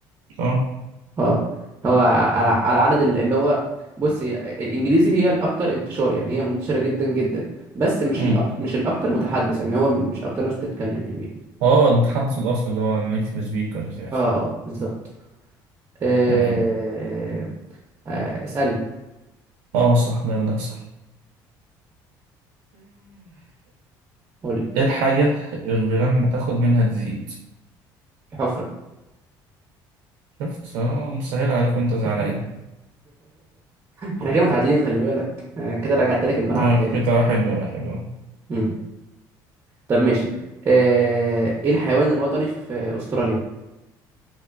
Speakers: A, on the right (about 90°); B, on the right (about 30°).
A: اه
B: اه هو على على عدد ال- اللي هو بص هي الانجليزي هي الاكتر انتشار يعني هي منتشره جدا جدا بس مش
A: امم
B: الاكتر مش الاكتر متحدث يعني هو مش اكتر ناس بتتكلم يعني بيها
A: اه المتحدث الأصلي اللي هو النيتيف سبيكرز يعني
B: اه اه بالظبط آه...
A: تمام
B: آه... اسالني
A: اه صح ده اللي صح
B: قول لي
A: ايه الحاجة اللي لما تاخد منها تزيد
B: الحفره
A: شفت اه مسهل عليك وانت زعلان
B: <laughs> احنا كده متعادلين خلي بالك انا كده رجعت لك الملعب
A: اه
B: تاني
A: كده حلو يا حلو
B: مم. طب ماشي آه... ايه الحيوان الوطني في استراليا